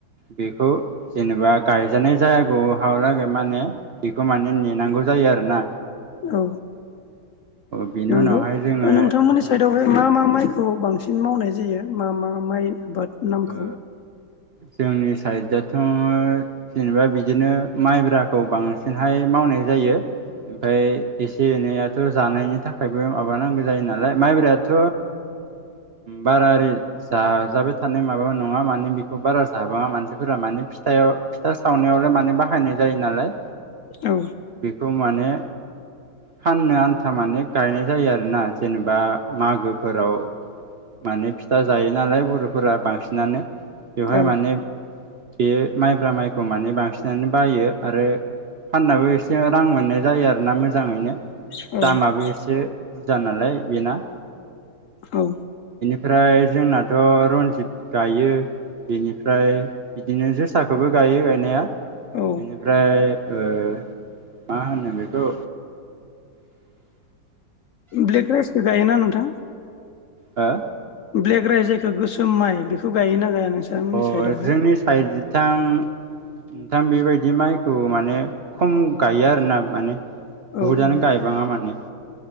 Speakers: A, on the right (about 50°); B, on the left (about 65°).
A: बेखौ जेनेबा गायजानाय जायागौ हालागै माने बेखौ माने नेनांगौ जायो। जायो आरो ना।
B: औ
A: बेनि
B: नंगौ
A: उनावहाय जोङो
B: नोंथांमोननि
A: औ
B: साइदआवहाय मा मा माइखौ खौ बांसिन मावनाय जायो मा मा माइ आबाद नामखौ
A: ओ जोंनि साइडआथ' जेनेबा बिदिनो माइब्राखौ बांसिनहाय मावनो नाय जायो। ओमफ्राय एसे एनैयाथ' जानायनि थाखायबो माबानांगौ जायो नालाय माइब्रायाथ' बारा जा जाब थानाय माबा नङा माने बेखौ बारा जाबाङा मानसिफोरा माने फिथा फिथा सावनायावलाय माने बाहायनाय जायो। जायो नालाय
B: औ
A: बेखौ माने
B: <inaudible>
A: फाननो आन्था माने गायनाय जायो आरोना जेनेबा मागोफोराव माने फिथा जायो नालाय बर'फोरा बांसिनानो बेवहाय
B: औ
A: माने बेयो माइब्रा माइखौ माने बांसिनानो बायो आरो फाननाबो एसे रां मोननाय जायो आरोना मोजाङैनो
B: औ
A: दामाबो एसे बुरजा नालाय बेना
B: औ।
A: ओमफ्राय जोंनाथ' रन जित गायो बेनिफ्राय बिदिनो जोसाखौबो गायो गायनाया
B: औ
A: बेनिफ्राय ओ मा होनो बेखौ
B: ब्लेक राइसखौ गायोना नोंथां
A: हो
B: ब्लेक राइस जायखौ गोसोम माइ बेखौ गायोना गाया। नोंसामोननि
A: अ
B: साइडआवहाय
A: जोंनि साइद जां नोंथां बेबायदि माइखौ माने खम गायो आरो ना माने
B: औ
A: बहुतआनो
B: औ
A: गायबाङा माने